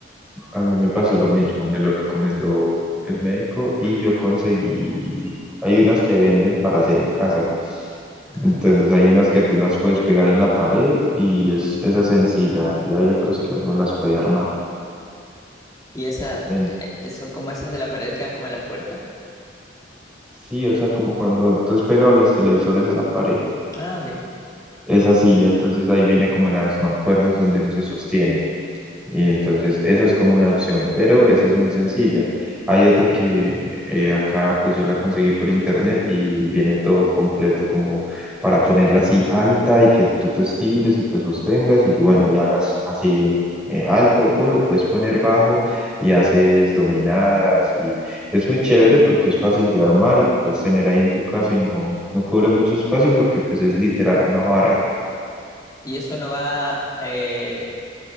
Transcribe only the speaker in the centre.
A mí me pasó lo mismo, me lo recomendó el médico y yo conseguí, hay unas que venden para hacer en casa.
Entonces
hay unas que tú las puedes pegar en la pared y es esa es sencilla y hay otras que uno las puede armar.
En,
sí, o sea, como cuando tú has pegado los televisores a la pared,
es así, entonces ahí viene como las mancuernas donde uno se sostiene. Y
entonces esa es como una opción, pero esa es muy sencilla. Hay otra que eh, acá pues yo la conseguí por internet y viene todo completo como para ponerla así alta y que tú te estires y te sostengas y bueno, y hagas así eh, alto o lo puedes poner bajo y haces dominadas y es muy chévere porque es fácil de armar y lo puedes tener ahí en tu casa y no, no cubre mucho espacio porque pues es literal una barra.